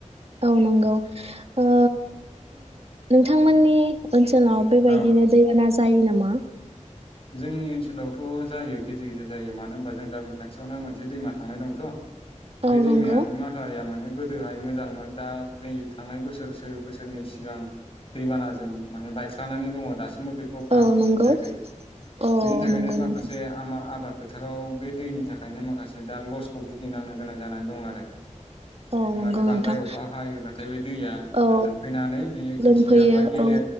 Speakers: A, on the right (about 50°); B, on the left (about 45°).
A: औ नंगौ ओ नोंथांमोननि ओनसोलाव बेबायदिनो
B: औ
A: दैबाना जायो नामा
B: जोंनि ओनसोलावथ' जायो गेजेर गेजेर जायो मानो होनबा जों गामि खाथियावनो मोनसे दैमा थांनाय दंथ'
A: औ
B: बे दैमानि
A: नंगौ
B: माथआरिया माने गोदोहाय मोजांमोन दा जै थांनाय बोसोरसो बोसोरनै सिगां दैबानाजों माने बायस्लानानै दङ दासिम बो बेखौ फाहामफिननाय
A: औ नंगौ
B: जायाखै
A: औ
B: बेनि थाखायनो
A: नंगौ
B: माखासे
A: नोंथां
B: आमा आबाद फोथाराव बे दैनि थाखायनो माखासे दा लसखौ भुगिनांनो गोनां जानानै दं आरो
A: औ
B: माने
A: नंगौ
B: बांद्राय
A: नोंथां
B: अखा हायोबाथाय बे दैया
A: औ
B: लोमफैनानै बे खोथियाफ्रा
A: लोमफैयो
B: गेले
A: औ